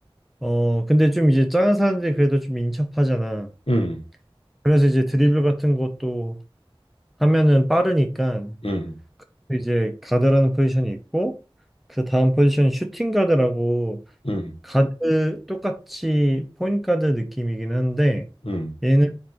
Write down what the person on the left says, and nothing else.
음,
음,
음,
음.